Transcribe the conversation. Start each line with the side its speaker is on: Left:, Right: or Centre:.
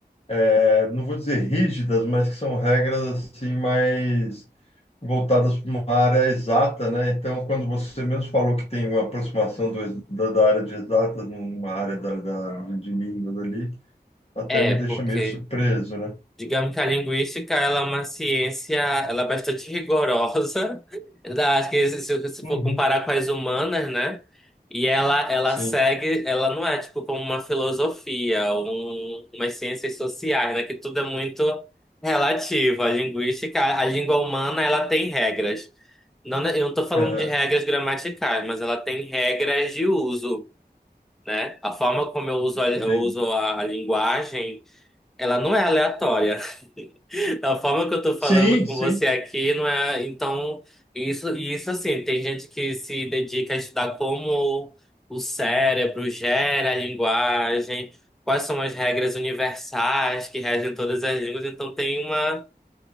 Left: eh, não vou dizer rígidas, mas que são regras assim mais voltadas para uma área exata, né? Então, quando você mesmo falou que tem uma aproximação do, ex- da, da área de exatas numa área da, da, de línguas ali, até
Centre: É,
Left: me deixa
Centre: porque
Left: meio surpreso, né?
Centre: Digamos que a linguística, ela é uma ciência, ela é bastante rigorosa, <laughs> da- acho que se, se se
Left: Uhum.
Centre: for comparar com as humanas, né? E ela, ela
Left: Sim.
Centre: segue, ela não é tipo como uma filosofia, um, umas ciências sociais, né? Que tudo é muito relativo. A linguística, a, a língua humana, ela tem regras. Não, ne- eu não tô falando
Left: Aham,
Centre: de regras gramaticais, mas ela tem regras de uso, né? A forma como eu uso a, eu
Left: entendi.
Centre: uso a a linguagem, ela não é aleatória. A forma que eu tô falando
Left: Sim,
Centre: com
Left: sim.
Centre: você aqui não é. Então, isso, e isso assim, tem gente que se dedica a estudar como o cérebro gera a linguagem, quais são as regras universais que regem todas as línguas. Então, tem uma.